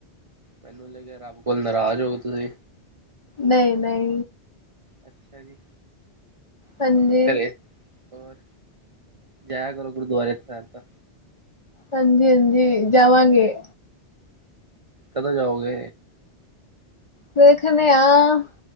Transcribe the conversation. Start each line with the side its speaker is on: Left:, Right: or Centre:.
Right: ਮੈਨੂੰ ਲੱਗਿਆ ਰੱਬ ਕੋਲ ਨਾਰਾਜ਼ ਹੋ ਗਏ ਤੁਸੀਂ।
Left: ਨਈ ਨਈ
Right: ਅੱਛਾ ਜੀ!
Left: ਹਾਂਜੀ
Right: ਹੋਰ ਘਰੇ ਹੋਰ। ਜਾਇਆ ਕਰੋ ਗੁਰਦੁਆਰੇ ਸਾਹਿਬ ਤਾਂ।
Left: ਹਾਂਜੀ ਹਾਂਜੀ ਜਾਵਾਂਗੇ।
Right: ਕਦੋਂ ਜਾਓਗੇ?
Left: ਦੇਖ ਦੇ ਆਂ।